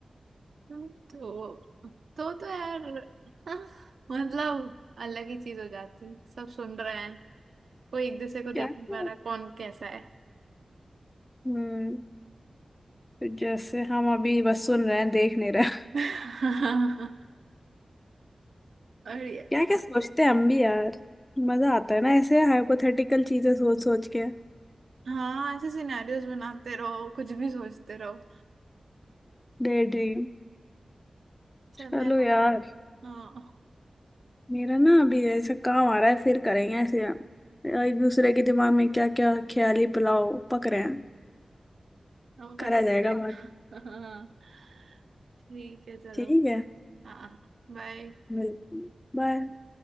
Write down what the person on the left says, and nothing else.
क्या क्या
हम्म तो जैसे हम अभी बस सुन रहे हैं देख नहीं रहे
<laughs>
क्या क्या सोचते हैं हम भी यार मजा आता है ना ऐसे हाइपोथेटिकल चीजें सोच सोच के
Daydream
चलो
यार
मेरा ना अभी ऐसा काम आ रहा है फिर करेंगे ऐसे एक दूसरे के दिमाग में क्या क्या ख्याली पुलाव पक रहे हैं
करा जाएगा
बात
ठीक है
मिलते हैं बाय